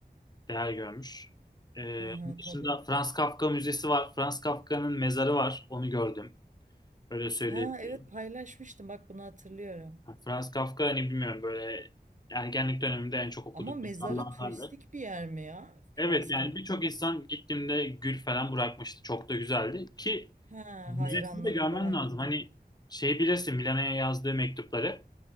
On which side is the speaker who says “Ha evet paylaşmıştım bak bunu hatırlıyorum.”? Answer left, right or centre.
Right